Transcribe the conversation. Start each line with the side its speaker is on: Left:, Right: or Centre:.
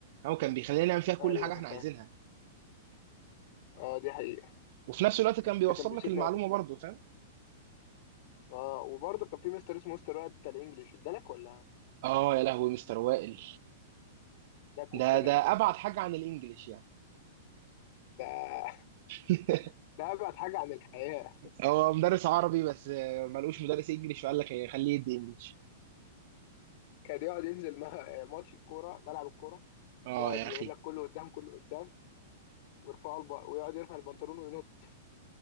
Right: هو كان بيخلينا نعمل فيها كل
Left: ايوه
Right: حاجه
Left: انا
Right: احنا
Left: فاكر
Right: عايزينها
Left: اه دي حقيقه
Right: وفي نفس الوقت كان بيوصل
Left: ده كان بيبسطني
Right: لك المعلومه
Left: أوي.
Right: برضه فاهم
Left: اه وبرضه كان في مستر اسمه مستر وائل بتاع الانجليش ادالك ولا
Right: اه يا لهوي مستر وائل
Left: ده قنبله
Right: ده ده
Left: بقى
Right: ابعد حاجه عن الانجليش يعني
Left: ده
Right: <laughs>
Left: <laughs> ده ابعد حاجه عن الحياه
Right: هو مدرس عربي بس آه، ملقوش مدرس انجليش فقال لك إيه، خليه يدي انجليش
Left: كان يقعد ينزل ما- ماتش الكوره ملعب الكوره
Right: اه
Left: يقعد
Right: يا
Left: يقول
Right: اخي
Left: لك كله قدام كله قدام ويرفعوا الب... ويقعد يرفع البنطلون وينط